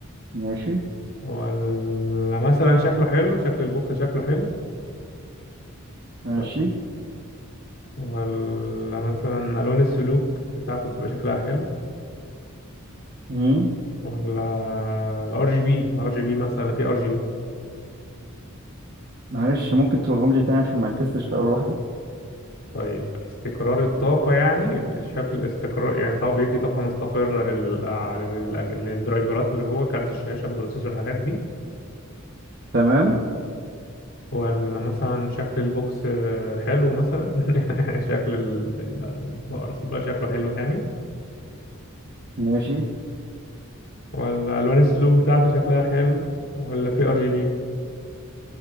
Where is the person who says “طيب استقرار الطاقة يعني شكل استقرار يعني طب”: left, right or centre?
Left